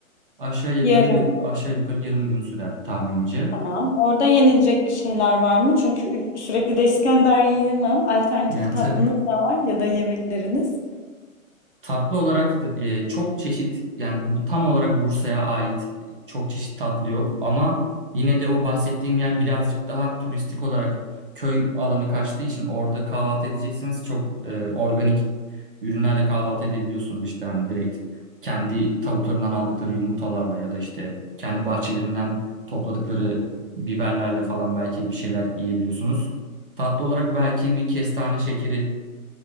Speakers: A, on the right (about 40°); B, on the left (about 55°).
A: Aşağı yukarı
B: yarım.
A: y- aşağı yukarı yarım gün sürer tahminimce.
B: Tamam. Orada yenilecek bir şeyler var mı? Çünkü ü- sürekli de İskender yiyemem. Alternatif
A: Yani
B: tatlınız
A: tabii
B: da var ya da yemekleriniz.
A: tatlı olarak e, çok çeşit yani bu tam olarak Bursa'ya ait e, çok çeşit tatlı yok ama yine de o bahsettiğim yer birazcık daha turistik olarak köy alanı kaçtığı için orada kahvaltı edeceksiniz. Çok e, organik ürünlerle kahvaltı edebiliyorsunuz işte hani direkt kendi tavuklarından aldıkları yumurtalarla ya da işte kendi bahçelerinden topladıkları biberlerle falan belki bir şeyler yiyebiliyorsunuz. Tatlı olarak belki bir kestane şekeri